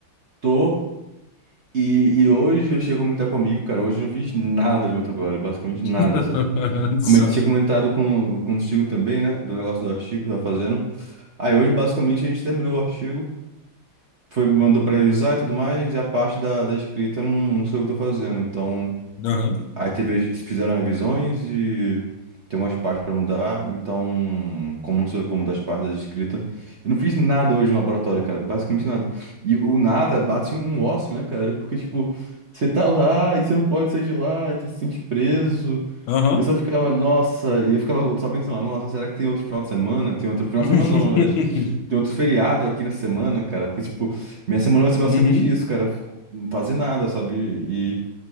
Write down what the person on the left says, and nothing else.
<laughs>
Só.
Aham.
Aham.
<laughs>
Uhum.